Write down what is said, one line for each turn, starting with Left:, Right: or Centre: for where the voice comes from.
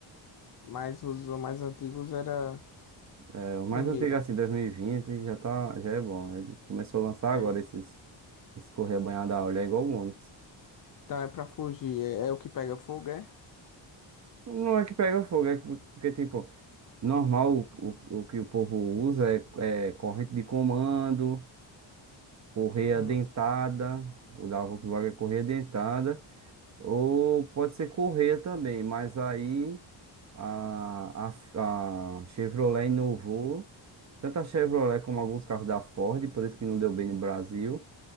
Left: mas os mais antigos era
Right: É, o mais
Left: primeira,
Right: antigo, assim, 2020, já tá, já é bom. Ele começou a lançar
Left: mas
Right: agora esses. Escorrer a banhada a óleo é igual o Onix.
Left: Então é pra fugir, é, é o que pega fogo, é?
Right: Não é que pega fogo, é que- porque, tipo, normal o, o, o que o povo usa é, é corrente de comando, correia
Left: Hum,
Right: dentada, o da Volkswagen é correia dentada, ou pode ser correia também, mas aí a, a, a Chevrolet inovou, tanto a Chevrolet como alguns carros da Ford, por isso que não deu bem no Brasil,